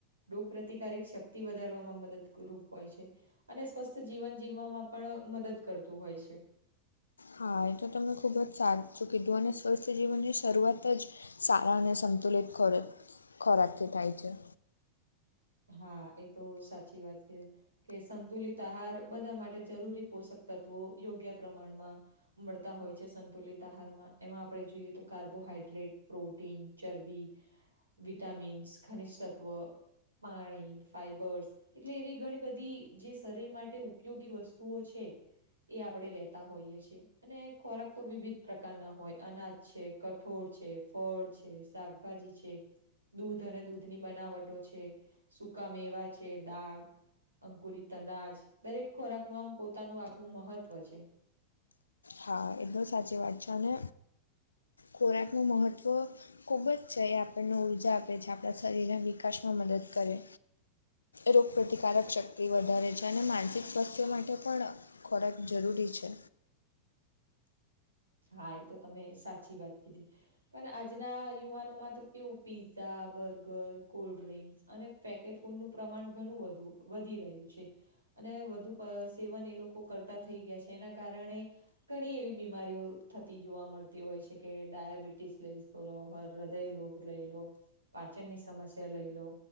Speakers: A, on the right; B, on the left.
A: રોગ પ્રતિકારિક શક્તિ વધારવામાં મદદરૂપ હોય છે અને સ્વસ્થ જીવન જીવવામાં પણ મદદ કરતું હોય છે.
B: હા એ તો તમે ખૂબ જ સાચૂ કીધું અને સ્વસ્થ જીવનની શરૂઆત જ, સારા અને સંતુલિત ખોરા ખોરાકથી થાય છે.
A: હા એ તો સાચી વાત કે, કે સંતુલિત આહાર બધા માટે જરૂરી પોષક તત્વો યોગ્ય પ્રમાણમાં. મળતા હોય છે. સંતુલિત આહારમાં એમાં આપણે જોઈએ તો કાર્બોહાઈડ્રેટ, પ્રોટીન, ચરબી વિટામિન્સ, ખનિજ તત્વ, પાણી, ફાઈબર્સ એટલે એવી ઘણી બધી જે શરીર માટે ઉપયોગી વસ્તુઓ છે. એ આપણે લેતા હોઈએ છીએ. અને ખોરાક તો વિવિધ પ્રકારના હોય અનાજ છે, કઠોળ છે, ફળ છે. શાકભાજી છે. દૂધ અને દૂધની બનાવટો છે. સુકા મેવા છે, દાળ અંકુરી તનાજ દરેક ખોરાક નું આમ પોતાનું આગવું મહત્વ છે.
B: હા એ બહુ સાચી વાત છે અને ખોરાકનું મહત્ત્વ, ખૂબ જ છે એ આપણને ઊર્જા આપે છે. આપણા શરીરના વિકાસમાં મદદ કરે. રોગપ્રતિકારક શક્તિ વધારે છે અને માનસિક સ્વાસ્થ્ય માટે પણ, ખોરાક જરૂરી છે.
A: હા એ તો તમે સાચી વાત કીધી. પણ આજના યુવાનોમાં તો કેવું પીઝા, બર્ગર, કોલ્ડ્રિંક્સ અને પેકેટ ફૂડનું પ્રમાણ ઘણું વધુ વધી રહ્યું છે. અને વધુ સેવન એ લોકો કરતા થઈ ગયા છે, એના કારણે ઘણી એવી બીમારીઓ થતી જોવા મળતી હોય છે કે ડાયાબિટીસ લઈ, હર હૃદય રોગ લઈ લો. પાચનની સમસ્યા લઈ લો